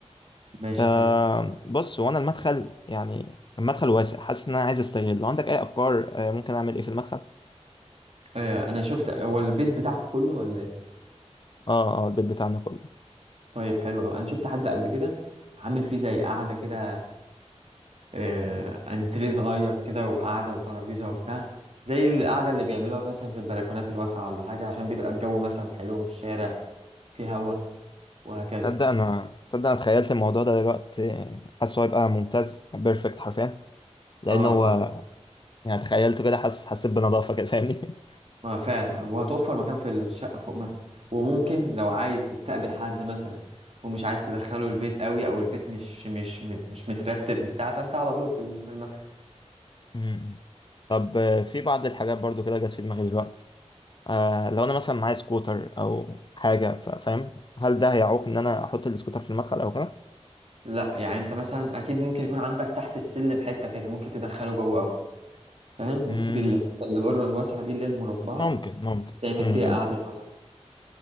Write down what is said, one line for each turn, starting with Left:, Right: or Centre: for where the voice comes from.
Right: ماشي
Left: آه
Right: حلو
Left: بص هو انا المدخل يعني المدخل واسع حاسس ان انا عايز استغل لو عندك اي افكار آه ممكن اعمل ايه في المدخل
Right: آه انا شفت هو البيت بتاعكم كله ولا ايه
Left: اه اه البيت بتاعنا كله
Right: طيب حلو أوي. انا شفت حد قبل كده عامل فيه زي قعده كده آه، انتريه صغير كده وقعده وترابيزه وبتاع زي القعده اللي بيعملوها مثلا في البلكونات الواسعه ولا حاجه عشان بيبقى الجو مثلا حلو من الشارع فيه هوا وهكذا
Left: تصدق انا تصدق انا تخيلت الموضوع ده دلوقتي آه، حاسه هيبقى ممتاز بيرفكت حرفيا لان
Right: اه
Left: هو
Right: اه
Left: يعني تخيلته كده حس حسيت بنظافه كده فاهمني
Right: ما فعلا وهتوفر مكان في الشقه فوق مثلا وممكن لو عايز تستقبل حد مثلا ومش عايز تدخله البيت قوي او البيت مش مش مش مترتب بتاع فانت على طول في الم- في المدخل
Left: <laughs> امم طب آه، في بعض الحاجات برضو كده جت في دماغي دلوقتي آه لو انا مثلا معايا سكوتر او حاجه ف- فاهم هل ده هيعوق ان انا احط السكوتر في المدخل او كده
Right: لا يعني انت مثلا اكيد ممكن يكون عندك تحت السلم حته كده ممكن تدخله جوه او فاهم وتسيب
Left: امم
Right: الحته اللي بره الواسعه دي اللي هي المربعه
Left: ممكن ممكن
Right: تعمل
Left: امم
Right: فيها
Left: أمم.
Right: قاعده صغيرة.